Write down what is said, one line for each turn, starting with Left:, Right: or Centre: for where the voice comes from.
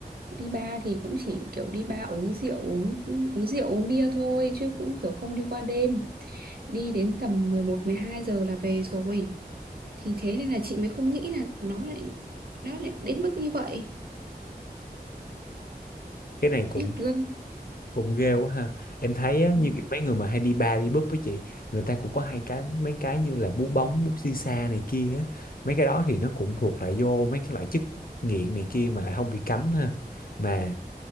Right: đi bar thì cũng chỉ kiểu đi bar uống rượu uống uống rượu uống bia thôi chứ cũng kiểu không đi qua đêm đi đến tầm mười một mười hai giờ là về rồi thì thế nên là chị mới không nghĩ là nó lại nó lại đến mức như vậy
Left: cái này cũng
Right: tiếc ghê
Left: cũng ghê quá ha em thấy á,
Right: Ừ.
Left: như Ừ. kiểu mấy người mà hay đi bar đi búp với chị người ta cũng có hai cái mấy cái như là bú bóng bút xì xa này kia á mấy cái đó thì nó cũng thuộc lại vô mấy cái loại chất nghiện này kia mà lại không bị cấm ha mà